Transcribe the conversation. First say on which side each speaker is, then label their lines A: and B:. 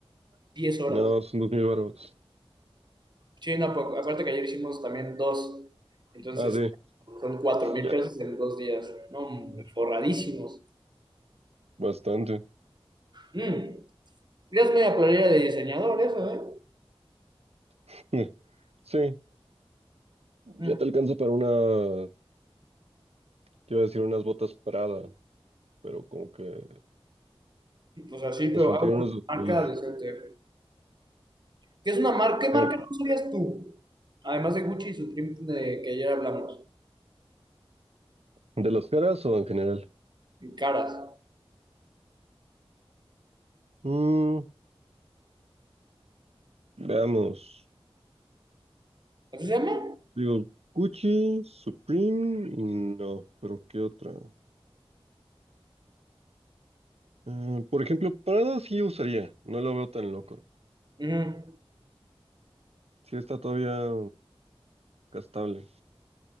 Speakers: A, on the right; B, on the right.
A: 10 horas.
B: no, son 2000 baros.
A: Sí, no, acu- acuérdate que ayer hicimos también dos, entonces
B: Ah, sí,
A: son cuatro mil
B: ya,
A: pesos en dos días, no, hombre, forradísimos.
B: bastante.
A: Mm, ya es media playera de diseñador eso, ¿eh?
B: <laughs> Sí,
A: Mm.
B: ya te alcanza para una, te iba a decir unas botas Prada, pero como que
A: O sea, sí, pero
B: nos faltarían
A: algo
B: unos
A: de
B: 2000.
A: marca decente. ¿Qué es una marca? ¿Qué
B: Sí,
A: marca no sabías tú? Además de Gucci y Supreme de que ayer hablamos.
B: ¿de las caras o en general?
A: y caras.
B: Mm, veamos.
A: ¿Así se llama?
B: Digo, Gucci, Supreme, no, pero ¿qué otra? Eh, por ejemplo, Prada sí usaría, no lo veo tan loco.
A: Ujú.
B: Sí está todavía gastable.